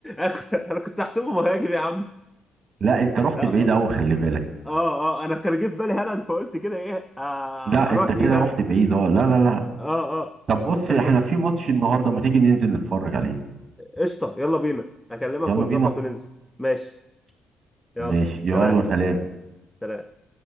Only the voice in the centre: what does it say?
<laughs> انا كنت احسبه مهاجم يا عم
اه
اه
آه، آه، انا كان جه في بالي هالاند فقلت كده ايه آه
اروح
ليه
هالاند
اه اه
انا كان
قشطه يلا بينا اكلمك
ونظبط
وننزل ماشي يلا
سلام
سلام